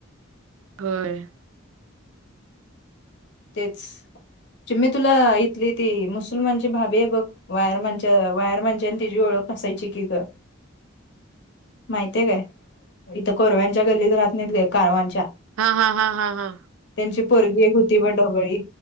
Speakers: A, on the right; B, on the left.
A: होय.
B: तेच जे मी तुला इथली ती मुसलमानची भाभी आहे बघ. वायर माणच्या वायर माणच्याने तिची ओळख असायची की ग. माहितय काय इथं कोरव्यांच्या गल्लीत राहात नाहीत काय कारवांच्या
A: हा हा हा हा हा.
B: त्यांची पोरगी एक होती ब ोबळी.